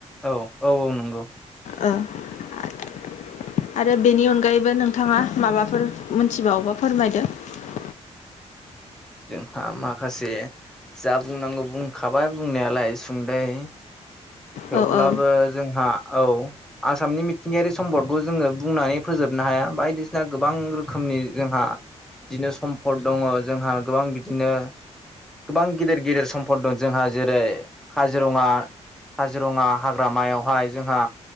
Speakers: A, in the centre; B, on the left.
A: औ-औ-औ नंगौ
B: <unintelligible> आरो बेनि अनगायैबो नोंथाङा माबाफोर मोनथिबावोबा फोरमायदो ।
A: <inaudible> जोंहा माखासे जा बुंनांगौ बुंखाबाय बुंनायालाय सुंद'यै । थेवब्लाबो
B: औ औ
A: जोंहा औ आसामनि मिथिंगायारि सम्पदखौ जोङो बुंनानै फोजोबनो हाया । बायदिसिना गोबां रोखोमनि नि जोंहा बिदिनो सम्पद दङ । जोंहा गोबां बिदिनो गोबां गिदिर-गिदिर सम्पद दं। जोंहा जेरै- काजिरङा काजिरङा हाग्रामायावहाय जोंहा